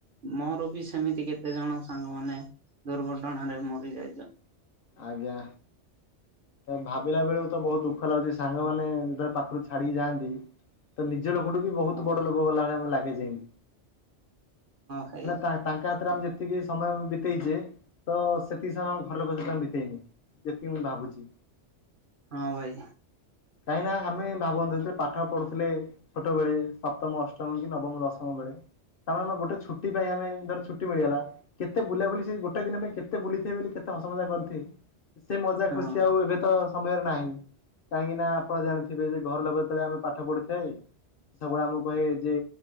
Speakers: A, on the right; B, on the left.
A: ମୋର ବି ସେମିତି କେତେ ଜଣ ସାଙ୍ଗମାନେ ଦୁର୍ଘଟଣାରେ ମରି ଯାଇଛନ୍ତି।
B: ଆଜ୍ଞା। ଭାବିଲା ବେଳକୁ ତ ବହୁତ ଦୁଃଖ ଲାଗୁଛି ସାଙ୍ଗମାନେ ଯେତେବେଳେ ପାଖରୁ ଛାଡିକି ଯାଆନ୍ତି ତ ନି ନିଜ ଲୋକଠୁ ବି ବହୁତ
A: ହଁ ହଁ
B: ବଡ ଲୋକ ଗଲାବେଳିଆ ଲାଗେ ସେମିତି
A: ଭାଇ
B: କାହିଁକିନା ତାଙ୍କ ଆମେ ଯେତିକି ସମୟ ବିତେଇଛେ ତ ସେତିକି ସମୟ ଘର ଆମ ଘର ଲୋକଙ୍କ ସହିତ ଆମେ ବି ତେଇନି ଯେତିକି ମୁଁ ଭାବୁଛି।
A: ହଁ ଭାଇ
B: କାହିଁକି ନା ଆମେ ଭାବନ୍ତୁ ଯେଥିରେ ପାଠ ପଢୁଥିଲେ ଛୋଟ ବେଳେ ସପ୍ତମ ଅଷ୍ଟମ କି ନବମ ଦଶମ ବେଳେ। ତା ଆମେ ଗୋଟେ ଛୁଟି ପାଇଁ ଆମେ ଧର ଛୁଟି ମିଳିଗଲା କେତେ ବୁଲା ବୁଲି ସେ ଗୋଟେ ଦିନ ପାଇଁ କେତେ ବୁଲିଥିବେ ବୋଲି କେତେ ହସ ମଜା କରିଥିଲେ ସେ ମଜା
A: ହଁ
B: ଖୁସି ଆଉ ଏବେ ତ ସମୟରେ ନାହିଁ। କାହିଁକି ନା ଆପଣ ଜାଣିଥିବେ ଯେ ଘର ଲୋକ ଯେତେବେଳେ ଆମେ ପାଠ ପଢ଼ିଥାଏ। ସେ ସବୁବେଳେ ଆମକୁ କହେ ଯେ